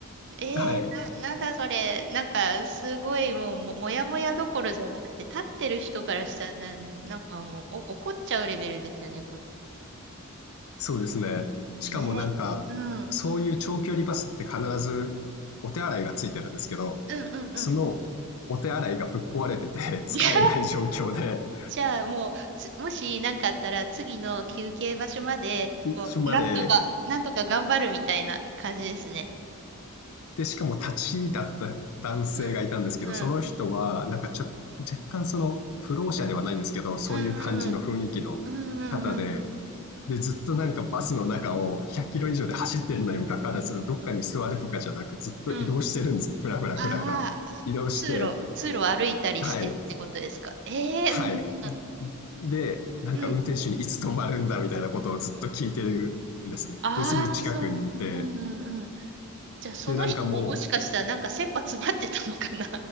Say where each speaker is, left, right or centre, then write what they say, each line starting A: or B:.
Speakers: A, on the right (about 55°); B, on the left (about 75°).
A: えー、
B: はい、
A: な、なんだそれ。なんか、すごい、もう、も、もやもやどころじゃなくて、立ってる人からしたらな、なんかもう、お、怒っちゃうレベルですよね、こ、
B: そうですね。しかもなんか、
A: ね。うん。
B: そういう長距離バスって必ずお手洗いがついてるんですけど、
A: うんうんうん。
B: そのお手洗いがぶっ壊れてて <laughs> 使えない状況で、
A: <laughs> いやじゃあもう、つもし何かあったら次の休憩場所まで、こうなんとか、
B: 署まで、
A: なんとか頑張るみたいな感じですね。
B: で、しかも立ちだった男性がいたんですけど、
A: うん。うん。
B: その人は、なんかちょ、若干その、不老者ではないんですけど、
A: うん。
B: そういう感じの雰囲気の方で、
A: うんうんうん。うんうん
B: で、ずっとなんかバスの中を100キロ以上で走ってるのにもかかわらず、
A: うん。
B: どっかに座るとかじゃなく、ずっと移動してるんですね。
A: うん。
B: ふらふらふらふら。
A: ああ、
B: 移動して、
A: 通路、通路を歩いたりしてるってことですか。
B: はい、
A: ええうんうん
B: はい。で、なんか運転手にいつ止まるんだみたいなことをずっと聞いてるんですね。
A: うん。うん。ああ、
B: で、すぐ近くにいて、
A: そうなんだ。うんうんうん。じゃあその人ももしかしたらなんか切羽詰まってたのかな。
B: で、なんかもう、